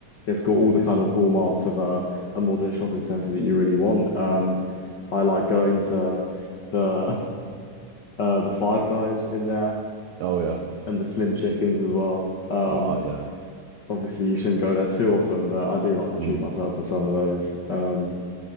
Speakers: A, on the left; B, on the right.
A: it's got all the kind of hallmarks of a, a modern shopping centre that you really want. Um, I like going to the <laughs> uh, the Five Guys in there
B: Oh yeah.
A: and the slim chickens as well. Um,
B: Oh uh, yeah.
A: obviously you shouldn't go there too often, but I do like to
B: Mm.
A: treat myself for some of those. Um,